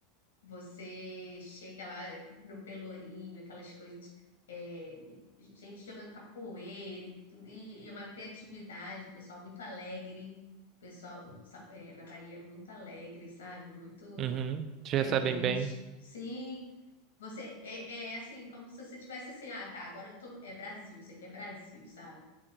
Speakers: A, on the left; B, on the right.
A: Você chega lá no Pelourinho, aquelas coisas, é, gente jogando capoeira e tudo, e, e uma criatividade, o pessoal muito alegre, o pessoal sa- é, na Bahia muito alegre, sabe? Muito
B: Uhum. Te
A: feliz.
B: recebem bem.
A: Sim, você é, é assim, como se você tivesse assim, ah, tá, agora eu tô, é Brasil, isso aqui é Brasil, sabe?